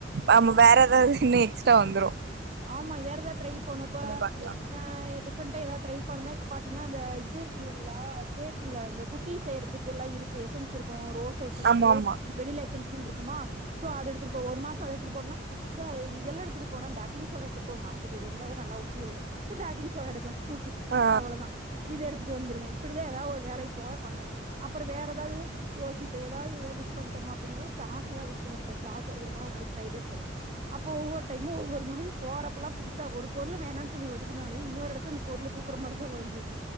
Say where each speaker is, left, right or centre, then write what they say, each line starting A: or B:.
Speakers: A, on the right (about 60°); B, on the right (about 35°).
A: ஆமா வேற ஏதாவது இன்னும் எக்ஸ்ட்ரா வந்துரும்
B: ஆமா வேற ஏதாவ்து ட்ரை போணப்ப
A: பாக்கலா
B: அ டிஃப்ரெண்டா ஏதாவது ட்ரை பண்ணனா இப்ப பாத்தீங்கன்னா அந்த இது இருக்கு இல்லைங்களா கேக் இல்ல அந்த குக் கீ செய்யறதுக்கெல்லாம் இருக்கும் எசன்ஸ் இருக்கும் ரோஸ் எசன்ஸு
A: ஆமா ஆமா
B: வென்னிலா எசன்ஸ் இருக்குமா சோ அத எடுத்துட்டு ஒரு மாசொ அத எடுத்துட்டு போனா ச்ச இதெல்லாம் எடுத்துட்டு போனா பேக் சோ <inaudible> எடுத்துட்டு போ மறந்துட்டு இது இருந்தா தா நல்லா உப்பி வரும் சொ இந்தா கிங் சோட எடுக்கலாம் தூக்கு
A: ஆ
B: அவ்ளோதான் இது எடுத்துட்டு வந்துருவேன் இப்டிதான் ஏதாவ்து ஒரு வேலைக்கு போவ பண்ணுவேன் அப்புறம் வேற ஏதாவ்து யோசிபன் இப்ப ஏதாது ஏதாவ்து மிஸ் பன்ட்டா அப்டின்ன சாஸ் எல்லா விட்டு வந்துட்டேன் சாஸ் எடுத்துட்டு போனா ஒரு நாளைக்கு ஃப்ரைட் ரைஸ் செய்லாம் அப்போ ஒவ்வொரு டைமும் ஒவ்வொரு மாரி போறப்ப எல்லாம் புதுசா ஒரு பொருள் வேணான்னு சொல்லி ஒதுக்குனாலும் இன்னொரு எடத்துல அந்த பொருள் தூக்குற மாரிதான் வருது